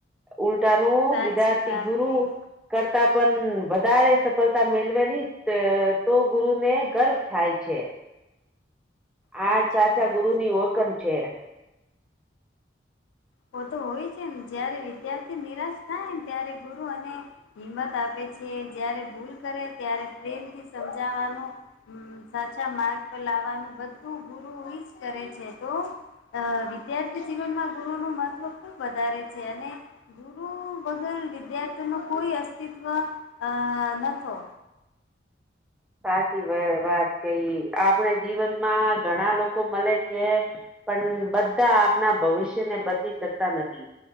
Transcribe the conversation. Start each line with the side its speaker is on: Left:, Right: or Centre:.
Centre: ઉલટાનું
Left: સાચી
Centre: વિદાર્થી
Left: વાત
Centre: ગુરુ
Left: કઈ
Centre: કરતા પણ વધારે સફળતા મેળવે નહી તો ગુરુને ગર્વ થાય છે.
Left: સાચી
Centre: આ સાચા
Left: વાત
Centre: ગુરુની ઓળખણ છે.
Left: ઓ તો હોય છે ને જયારે વિદ્યાર્થી નિરાશ થાયને ત્યારે ગુરુ અને હિંમત આપે છે, જારે ભૂલ કરે ત્યારે પ્રેમથી સમજાવાનો હમ સાચા માર્ગ પર લાવવાનું બધું ગુરુ એ જ કરે છે તો અ વિદ્યાર્થી જીવનમાં ગુરુનું મહત્વ ખુબ વધારે છે અને ગુરુ વગર વિદ્યાર્થીનો કોઈ અસ્તિત્વનતો,
Centre: સાચીવાત કરી આપણે જીવનમાં ઘણા લોકો મળે છે, પણ બધા આપના ભવિષ્યને બદલી શકતા નથી,